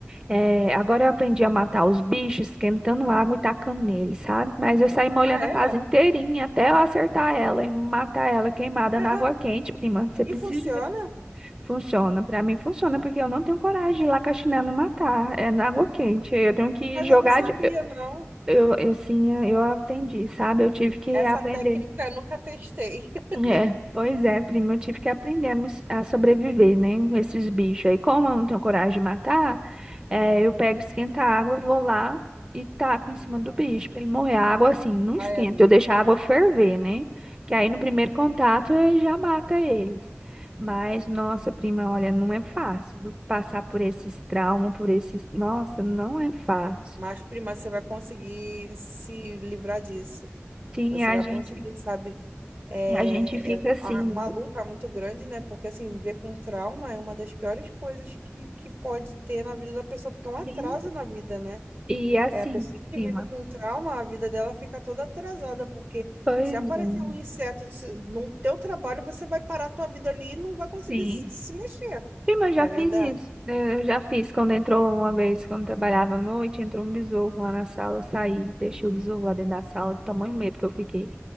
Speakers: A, on the right (about 20°); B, on the right (about 45°).
A: É, agora eu aprendi a matar os bichos esquentando água e tacando neles, sabe? Mas eu saí molhando
B: Ah, é?
A: a casa inteirinha até eu acertar ela e matar ela queimada
B: <laughs>
A: na água quente, prima. Você precisa
B: E funciona?
A: ver. Funciona. Pra mim funciona porque eu não tenho coragem de ir lá com a chinela e matar. É na água quente. Eu tenho que
B: Mas
A: jogar.
B: eu não sabia,
A: De...
B: não.
A: Eu, eu, assim, eu aprendi, sabe? Eu tive que
B: Essa
A: aprender.
B: técnica eu nunca testei. <laughs>
A: É, pois é, primo, eu tive que aprender a, me s- a sobreviver, né, com esses bichos aí. Como eu não tenho coragem de matar, é, eu pego, esquenta a água, vou lá e taco em cima do bicho pra ele morrer. A água, assim, não
B: Ai,
A: esquenta,
B: amiga.
A: eu deixo a água ferver, né, que aí no primeiro contato eu já mata eles. Mas, nossa, prima, olha, não é fácil viu? passar por esses traumas, por esses... Nossa, não é fácil.
B: Mas, prima, você vai conseguir se livrar disso.
A: Sim,
B: Você
A: a
B: vai
A: gente,
B: conseguir, sabe? É,
A: e a gente fica
B: é
A: assim,
B: a- uma luta muito grande, né? Porque, assim, viver com trauma é uma das piores coisas que, que pode ter na vida da pessoa, porque é um atraso
A: sim,
B: na vida, né?
A: e assim,
B: É, a pessoa que
A: prima.
B: vive com trauma, a vida dela fica toda atrasada, porque
A: Pois
B: se aparecer
A: é.
B: um inseto se- no teu trabalho, você vai parar a tua vida ali e não vai conseguir
A: Sim.
B: se se mexer,
A: Sim, mas eu
B: não
A: já
B: é
A: fiz
B: verdade?
A: isso. né? Eu já fiz quando entrou uma vez, quando trabalhava à noite, entrou um besouro lá na sala, eu saí, deixei o besouro lá dentro da sala, do tamanho medo que eu fiquei.